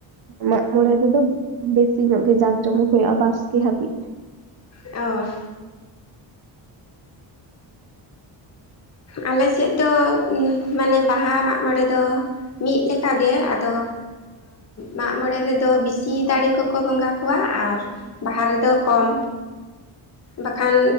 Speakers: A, on the right; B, on the left.
A: ᱢᱟᱜ ᱢᱚᱬᱮ ᱨᱮᱫᱚ ᱵᱮᱥᱤ ᱧᱚᱜ ᱜᱮ ᱡᱟᱠ ᱡᱚᱢᱚᱠ ᱦᱩᱭᱩᱜᱼᱟ ᱵᱟᱥᱠᱮ ᱦᱟᱹᱵᱤᱡ ᱾
B: ᱚ ᱟᱞ ᱥᱮᱫ ᱫᱚ ᱩᱸ ᱢᱟᱱᱮ ᱵᱟᱦᱟ ᱢᱟᱜ ᱢᱚᱬᱮ ᱫᱚᱼᱼ ᱢᱤᱫ ᱞᱮᱠᱟᱜᱮ ᱟᱫᱚᱼᱼ ᱢᱟᱜᱢᱚᱬᱮ ᱨᱮᱫᱚ ᱵᱤᱥᱤ ᱫᱟᱲᱮ ᱠᱚᱠᱚ ᱵᱚᱸᱜᱟ ᱠᱚᱣᱟ ᱟᱨᱼᱼ ᱵᱟᱦᱟ ᱨᱮᱫᱚ ᱠᱚᱢ ᱵᱟᱠᱷᱟᱱ